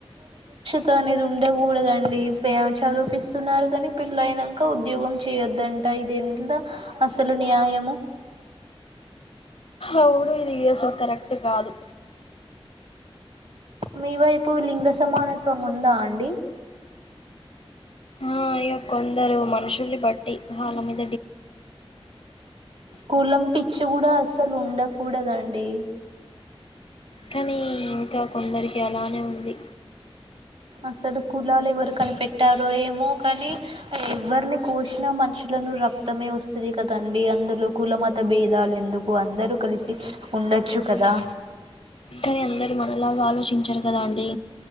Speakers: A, on the right; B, on the left.
A: తా అనేది ఉండకూడదండి ప్యా చదిపిస్తున్నారు కాని పెళ్లి అయినాంకా ఉద్యోగం చేయొద్దం <unintelligible> ఇది ఎంత అసలు న్యాయము
B: అవును ఇది కేసలు కరెక్ట్ కాదు
A: మీ వైపు లింగ సమానత్వం ఉందా అండి
B: ఆ ఇగ కొందరు మనుషుల్ని బట్టి వాల <inaudible>
A: కులం పిచ్చి కూడా అస్ అసలు ఉండకూడద అండి
B: కానీ ఇంకా కొందరికి అలానే ఉంది
A: అసలు కులాలు ఎవరు కనిపెట్టారో ఏమో కానీ ఎవరిని కోసినా మనుషులను రక్తమే వస్తుది కదండి అందులో కులమత భేద లు ఎందుకు అందరూ కలిసి ఉండొచ్చు కదా
B: కనీ అందరు మ నాలాగ ఆలోచించరు కద అండి